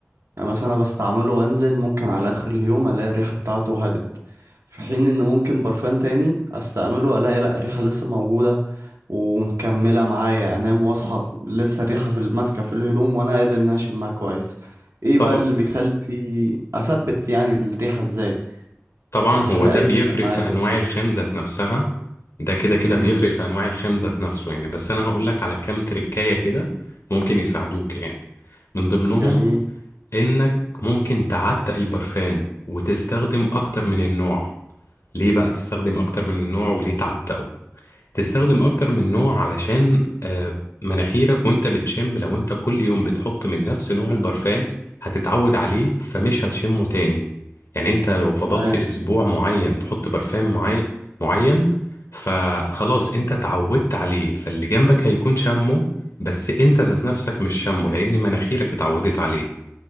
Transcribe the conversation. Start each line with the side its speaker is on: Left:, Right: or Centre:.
Right: يعني مثلا انا بستعمله وانزل ممكن على اخر اليوم الاقي الريحه بتاعته هدت في حين ان ممكن برفان تاني استعمله الاقي لا الريحه لسه موجوده ومكمله معايا انام واصحى لسه الريحه في الماسكه في الهدوم وانا قادر ان أنا اشمها كويس ايه
Left: طب...
Right: بقى اللي بيخلي في اثبت يعني الريحه ازاي
Left: طبعا
Right: اخلي
Left: هو ده
Right: اي
Left: بيفرق
Right: برفان معايا
Left: في
Right: كده
Left: انواع الخام ذات نفسها ده كده كده
Right: امم
Left: بيفرق في انواع الخام ذات نفسه يعني بس انا هقول لك على كام تركاية كده ممكن يساعدوك يعني من ضمنهم
Right: جميل
Left: انك ممكن تعتق البرفان وتستخدم اكتر من النوع ليه بقى تستخدم اكتر من النوع وليه تعتقه تستخدم اكتر من نوع علشان آه، مناخيرك وانت بتشم لو انت كل يوم بتحط من نفس نوع البرفان هتتعود عليه فمش هتشمه تاني يعني انت لو فضلت
Right: تمام
Left: اسبوع معين تحط برفان معين معين فخلاص انت اتعودت عليه فاللي جنبك هيكون شمه بس انت ذات نفسك مش شمه لان مناخيرك اتعودت عليه